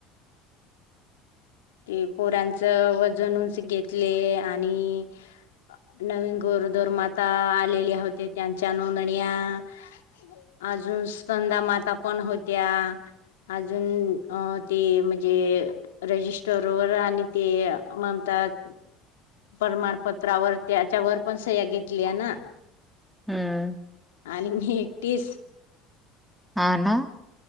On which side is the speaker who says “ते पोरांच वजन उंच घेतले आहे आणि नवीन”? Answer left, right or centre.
Left